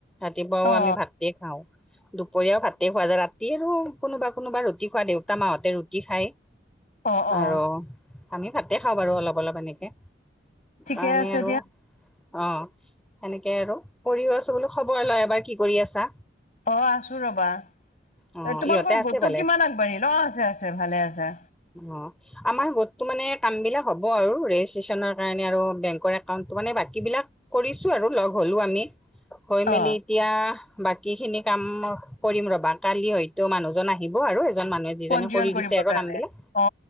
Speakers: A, in the centre; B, on the left.
A: ৰাতিপুৱাও
B: অ
A: আমি ভাতেই খাওঁ। দুপৰীয়াও ভাতে খোৱা যায়। ৰাতি আৰু কোনোবা কোনোবা ৰুটি খোৱা, দেউতা-মাহঁতে ৰুটি খায়।
B: অ অ
A: আৰু আমি ভাতে খাওঁ বাৰু অলপ অলপ এনেকে।
B: ঠিকে
A: কাৰণে
B: আছে
A: আৰু
B: দিয়া
A: অ সেনেকে আৰু কৰিও আছো বোলো খবৰে লও এবাৰ কি কৰি আছা।
B: অঁ আছোঁ ৰ'বা। এই
A: অ
B: তোমালোকৰ
A: ইহঁতে আছে
B: গোটটো
A: ভালে
B: কিমান আগবাঢ়িল? অ আছে আছে ভালে আছে।
A: অ। আমাৰ গোটটো মানে কাম বিলাক হ'ব আৰু ৰেজিষ্ট্ৰেচনৰ কাৰণে আৰু বেংকৰ একাউণ্টটো মানে বাকী বিলাক কৰিছো আৰু লগ হ'লো আমি, হৈ মেলি
B: অ
A: এতিয়া বাকী খিনি কাম কৰিম মই ৰ'বা। কালি হয়তো মানুহজন আহিব আৰু এজন মানুহে যিজনে
B: পঞ্জীয়ন
A: কৰি
B: কৰিবৰ
A: দিছে আৰু
B: কাৰণে
A: কামবিলাক।
B: অ